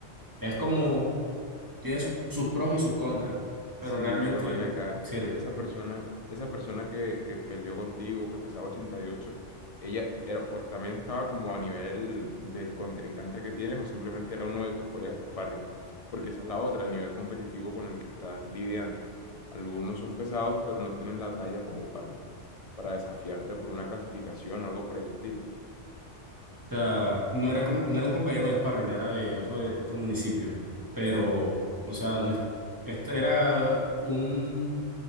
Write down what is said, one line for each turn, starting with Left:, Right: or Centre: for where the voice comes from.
Right: Es como, tiene sus, sus pros y sus contras, pero
Left: Sí,
Right: realmente
Left: pero ven acá,
Right: sirve.
Left: esa
Right: O
Left: persona, esa persona que, que peleó contigo, que pesaba 88, ¿ella era, pues, también estaba como a nivel del contrincante que tienes o simplemente era uno de tus colegas de sparring? Porque esa es la otra, el nivel competitivo con el que estás lidiando. Algunos son pesados, pero no tienen la talla como para, para desafiarte por una clasificación o algo por el estilo.
Right: sea, no era, com- no era un compañero de sparring, era de otro, de otro municipio, pero, o sea, no es- este era un